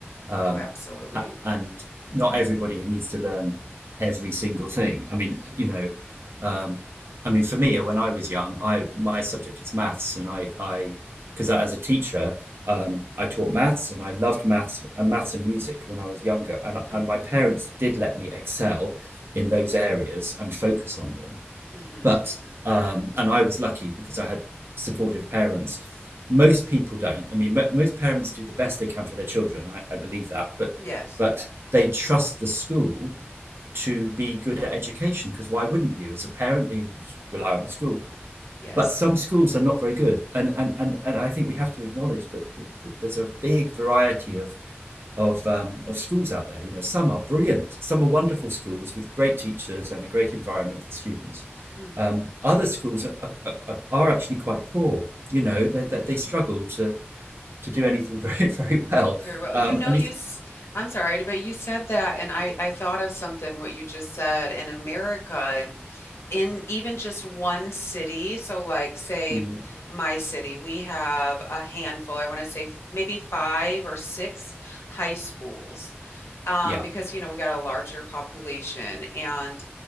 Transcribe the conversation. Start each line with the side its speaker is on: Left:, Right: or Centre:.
Right: um,
Left: Oh, absolutely.
Right: and not everybody needs to learn every single thing. I mean, you know, um, I mean, for me, when I was young, I my subject is maths, and I I because as a teacher, um, I taught maths, and I loved maths and maths and music when I was younger, and
Left: Mm-hmm.
Right: and my parents did let me excel in those areas and focus on them
Left: Mm-hmm.
Right: but um, and I was lucky because I had supportive parents. Most people don't. I mean, most parents do the best they can for their children. I, I believe that, but
Left: Yes.
Right: but Yeah. they trust the school to be good at education because why wouldn't you as a parent you you rely on the school
Left: Yes.
Right: but some schools are not very good and and and, and i think we have to acknowledge that, that, that there's a big variety of of um, of schools out there. You know, some are brilliant, some are wonderful schools with great teachers and a great environment for students.
Left: Mm-hmm.
Right: Um, other schools are, are, are actually quite poor. You know, they, they,
Left: Mm-hmm.
Right: they struggle to to do anything <laughs> very very well.
Left: Very well.
Right: Um,
Left: You know,
Right: and
Left: you,
Right: if you,
Left: s- I'm sorry, but you said that, and I, I thought of something what you just said in America, in even just one city. So, like, say
Right: Mhm.
Left: my city, we have a handful, I want to say f- maybe five or six high schools um,
Right: yeah,
Left: because you know we got a larger population and